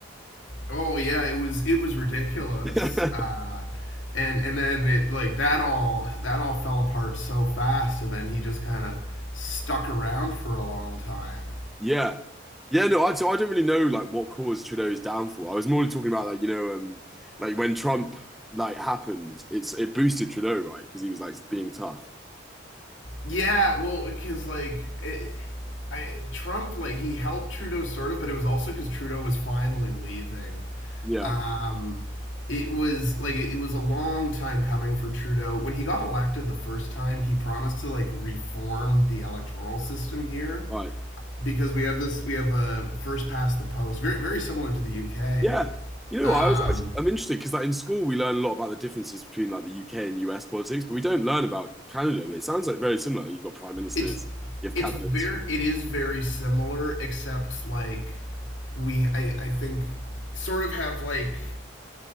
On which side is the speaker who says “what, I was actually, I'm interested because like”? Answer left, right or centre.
Centre